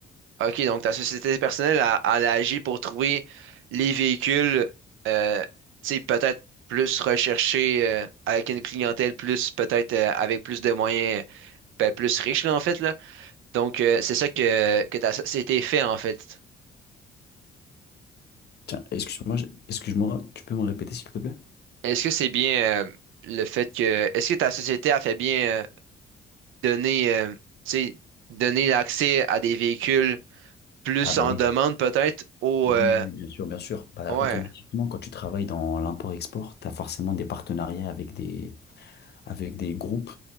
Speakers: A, on the right; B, on the left.
A: ok, donc ta société personnelle a, elle agit pour trouver les véhicules, euh, tu sais, peut-être plus recherchés euh, avec une clientèle plus, peut-être euh, avec plus de moyens, ben, plus riche, là, en fait, là. Donc, euh, c'est ça que, que ta société fait, en fait.
B: Tiens, excuse-moi, je- excuse-moi, tu peux me répéter s'il te plaît?
A: Est-ce que c'est bien euh, le fait que est-ce que ta société a fait bien euh, donner euh, tu sais donner l'accès à des véhicules plus
B: Ah bah
A: en
B: oui.
A: demande peut-être au
B: Oui,
A: euh,
B: oui, oui, bien sûr, bien sûr. Bah,
A: ouais
B: automatiquement, quand tu travailles dans l'import-export, tu as forcément des partenariats avec des, avec des groupes.